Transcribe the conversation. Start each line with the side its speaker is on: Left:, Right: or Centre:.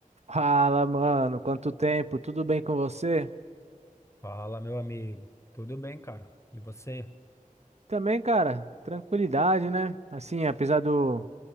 Right: Fala, mano, quanto tempo? Tudo bem com você?
Left: Fala, meu amigo. Tudo bem, cara? E você?
Right: Também, cara, tranquilidade, né? Assim, apesar do,